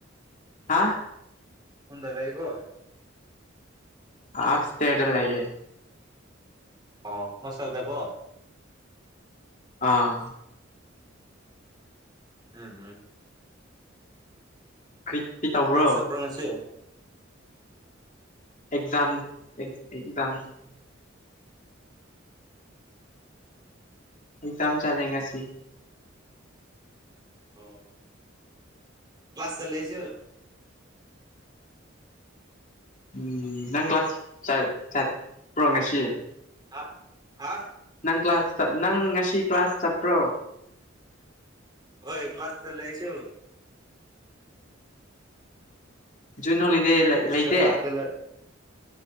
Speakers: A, on the left; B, on the right.
A: ꯍꯥ
B: ꯍꯣꯟꯗ ꯂꯩꯒꯣ
A: ꯑꯞꯁꯇꯦꯌꯔꯗ ꯂꯩꯌꯦ
B: ꯑꯣ ꯍꯣꯁꯇꯦꯜꯗꯒꯣ
A: ꯑꯥ
B: ꯎꯝ ꯎꯝ
A: ꯀꯔꯤ ꯀꯤ ꯇꯧꯕ꯭ꯔꯣ
B: ꯀ꯭ꯂꯥꯁ ꯆꯠꯄ꯭ꯔꯥ ꯉꯁꯤ ꯑꯣ
A: ꯑꯦꯛꯖꯝ ꯑꯦ ꯖꯝ ꯑꯦꯖꯝ ꯆꯂꯦ ꯉꯁꯤ
B: ꯑꯣ ꯀ꯭ꯂꯁ ꯆꯂꯦꯁꯨ
A: ꯎꯝ ꯅꯪ ꯀ꯭ꯂꯥꯁ ꯆ ꯆꯠ ꯄ꯭ꯔꯣ ꯉꯁꯤ
B: ꯍꯥ ꯍꯥ
A: ꯅꯪ ꯀ꯭ꯂꯥꯁ ꯆꯠ ꯅꯪ ꯉꯁꯤ ꯀ꯭ꯂꯥꯁ ꯆꯠꯄ꯭ꯔꯣ
B: ꯍꯣꯏ ꯀ꯭ꯂꯥꯁ ꯆꯂꯦ ꯑꯩꯁꯨ
A: ꯌꯨꯟ ꯍꯣꯂꯤ ꯗꯦ
B: ꯑꯦꯛꯁꯇ꯭ꯔꯥ
A: ꯂꯩ ꯂꯩꯇꯦ
B: ꯀ꯭ꯂꯥꯁ ꯆꯠꯂꯦ